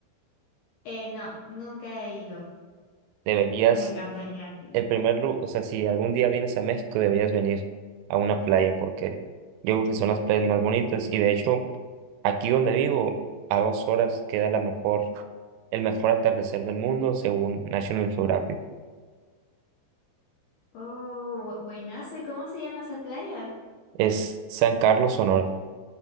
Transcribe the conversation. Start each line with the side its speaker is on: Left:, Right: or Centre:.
Left: Eh, no, nunca he ido.
Right: deberías
Left: Me encantaría ir.
Right: El primer lugar, o sea, si algún día vienes a México, deberías venir a una playa porque yo creo que son las playas más bonitas y de hecho, aquí donde vivo, a dos horas queda la mejor, el mejor atardecer del mundo según National Geographic.
Left: Oh, bu- buenazo. ¿Y cómo se llama esa playa?
Right: Es San Carlos, Sonora.